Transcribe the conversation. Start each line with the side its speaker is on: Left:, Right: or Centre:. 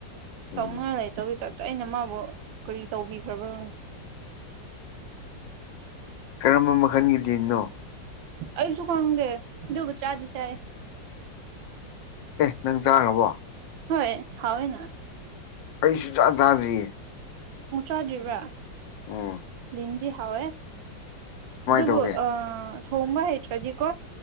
Left: ꯎꯝ
Right: ꯇꯧꯅꯤꯡꯉꯥꯏ ꯂꯩꯇꯧꯤ ꯇ ꯑꯩꯅ ꯃꯥꯕꯨ ꯀꯔꯤ ꯇꯧꯕꯤꯈ꯭ꯔꯕ꯭ꯔꯣ
Left: ꯀꯔꯝꯕ ꯃꯈꯜꯒꯤꯗꯤꯅꯣ
Right: ꯑꯩꯁꯨ ꯀꯒꯦ ꯑꯗꯨꯕ ꯆꯥꯗꯤ ꯆꯥꯏ
Left: ꯑꯦ ꯅꯪ ꯆꯥꯈ꯭ꯔꯕꯣ
Right: ꯍꯣꯏ ꯍꯥꯎꯣꯏꯅ
Left: ꯑꯩꯁꯨꯖꯥꯗꯔꯤ
Right: ꯍꯨꯁꯥꯗꯕ꯭ꯔꯥ
Left: ꯎ
Right: ꯍꯦ ꯑꯗꯨꯕꯨ
Left: ꯇꯧꯒꯦ
Right: ꯑ ꯊꯣꯡꯕ ꯍꯇ꯭ꯔꯖꯤꯀꯣ